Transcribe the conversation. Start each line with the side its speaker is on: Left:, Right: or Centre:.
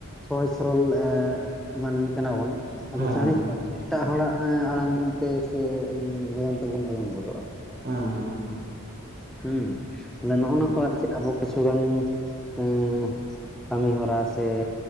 Centre: ᱥᱚᱦᱚᱡ ᱥᱚᱨᱚᱞ ᱢᱟᱹᱱᱢᱤ ᱠᱟᱱᱟ ᱵᱚᱱ᱾ ᱟᱫᱚ
Right: ᱦᱮᱸ
Centre: ᱪᱟᱬᱮ ᱮᱴᱟᱜ ᱦᱚᱲᱟᱜ ᱟᱲᱟᱝ ᱛᱮ ᱥᱮ ᱜᱚᱭᱚᱱ ᱛᱮᱵᱚᱱ ᱜᱚᱭᱚᱱ ᱜᱚᱫᱚᱜᱼᱟ
Right: ᱦᱮᱸ ᱦᱮᱸ ᱦᱮᱸ᱾
Centre: ᱦᱩᱸ ᱛᱟᱦᱞᱮ ᱱᱚᱜ
Right: ᱦᱮᱸ
Centre: ᱱᱚᱝᱠᱟ ᱟᱨ ᱪᱮᱫ ᱟᱵᱚ ᱠᱤᱪᱷᱩ ᱜᱟᱱ ᱩᱸ ᱠᱟᱢᱤ ᱦᱚᱨᱟ ᱥᱮ